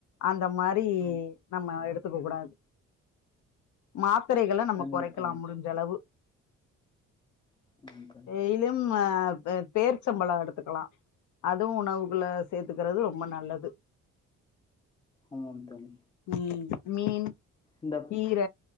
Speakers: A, on the left (about 75°); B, on the left (about 15°).
A: அந்த மாரி வி
B: ஆம்
A: நம்ம எடுத்துக்க கூடாது மாத்தரைகள நம்ம
B: கண்டிப்பா
A: குறைக்கலா முடிஞ்ச அளவு
B: ஆமாம் தோழி
A: டெய்லியும் பேர்ச்சம்பழம் எடுத்துக்கலா அதுவு உணவுக்குள்ள சேத்துக்கிறது ரொம்ப நல்லது
B: ஆமாம் தோழி
A: ம் மீன்
B: இந்த
A: கீர